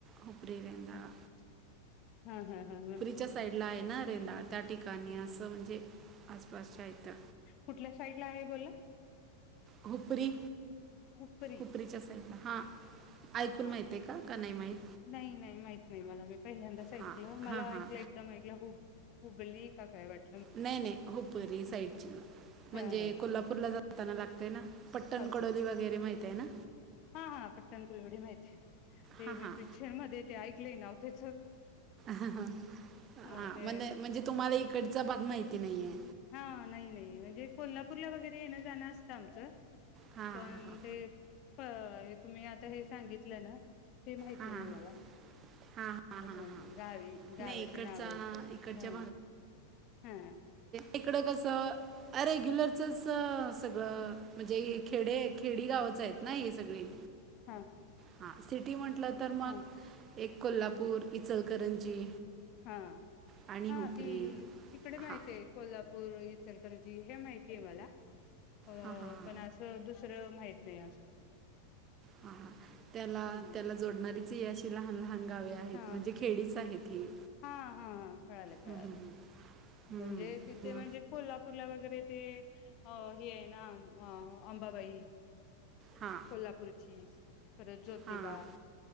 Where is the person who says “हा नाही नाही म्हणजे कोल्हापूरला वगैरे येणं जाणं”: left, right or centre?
Left